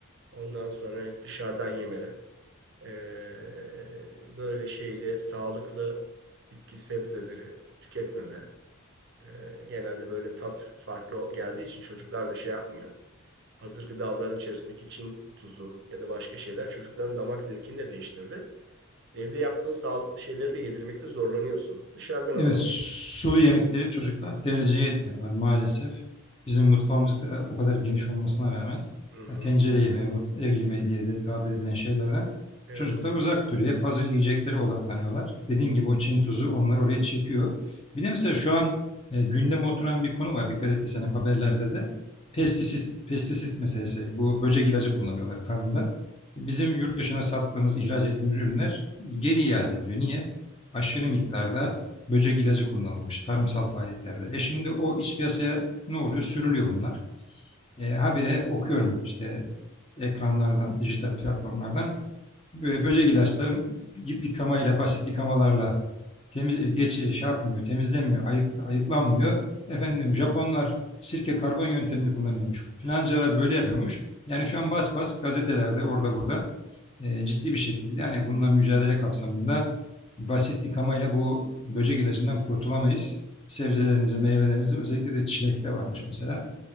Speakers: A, on the right (about 50°); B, on the left (about 25°).
A: Ondan sonra hep dışarıdan yemeli. Ee, böyle şeyle sağlıklı bitki sebzeleri tüketmeme. Ee, genelde böyle tat farklı geldiği için çocuklar da şey yapmıyor. Hazır gıdaların içerisindeki Çin tuzu ya da başka şeyler çocukların damak zevkini de değiştirdi. Evde yaptığın sağlıklı şeyleri de yedirmekte zorlanıyorsun. Dışarıdan alalım.
B: Evet, sulu yemekleri çocuklar tercih etmiyorlar maalesef. Bizim mutfağımız da o kadar geniş olmasına rağmen
A: Hı hı.
B: ya tencere yemeği, mut- ev yemeği diye de tabir edilen şeylerden
A: Evet.
B: çocuklar uzak duruyor. Hep hazır yiyeceklere odaklanıyorlar. Dediğin gibi o Çin tuzu onları oraya çekiyor. Bir de mesela şu an e, gündeme oturan bir konu var. Dikkat ettiysen hep haberlerde de pestisit, pestisit meselesi. Bu böcek ilacı kullanıyorlar tarımda. Bizim yurt dışına sattığımız, ihraç ettiğimiz ürünler geri iade ediliyor. Niye? Aşırı miktarda böcek ilacı kullanılmış tarımsal faaliyetlerde. E şimdi o iç piyasaya ne oluyor? Sürülüyor bunlar. E, habire okuyorum işte ekranlardan, dijital platformlardan bö- böcek ilaçların yık- yıkamayla, basit yıkamalarla temiz, e, geç e, şey yapmıyor, temizlenmiyor, ayık, ayıklanmıyor. Efendim Japonlar sirke karbon yöntemini kullanıyormuş. Filancalar böyle yapıyormuş. Yani şu an bas bas gazetelerde orada burada e, ciddi bir şekilde hani bununla mücadele kapsamında basit yıkamayla bu böcek ilacından kurtulamayız. Sebzelerinizi, meyvelerinizi özellikle de çilekte varmış mesela.